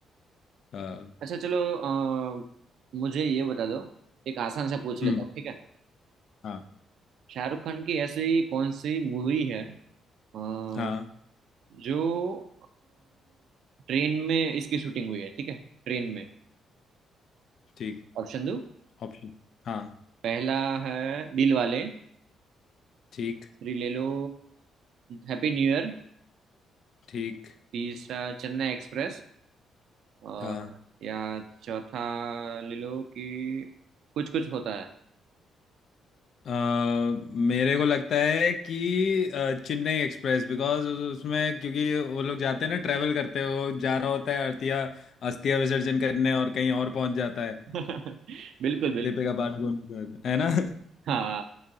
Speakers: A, on the left; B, on the right.
A: हाँ,
B: अच्छा चलो अ, मुझे ये बता दो एक आसान सा पूछ
A: हम्म
B: लेता हूँ ठीक है
A: हाँ
B: शाहरुख खान की ऐसी कौन सी मूवी है अ,
A: हाँ
B: जो ट्रेन में इसकी शूटिंग हुई है ठीक है ट्रेन में
A: ठीक
B: ऑप्शन दो
A: ऑप्शन हाँ
B: पहला है दिल वाले
A: ठीक
B: फिर ले लो हैप्पी न्यू ईयर
A: ठीक
B: तीसरा चेन्नई एक्सप्रेस और
A: हाँ
B: या चौथा ले लो कि कुछ कुछ होता है
A: अ, मेरे को लगता है कि अ, चेन्नई एक्सप्रेस बिकॉज उसमें क्योंकि वो लोग जाते हैं ना ट्रैवल करते हैं वो जा रहा होता है अर्थिया अस्थिया विसर्जन करने और कहीं और पहुंच जाता है
B: <laughs> बिल्कुल बिल्कुल
A: दीपिका पादुकोण के साथ, है ना <laughs>
B: हाँ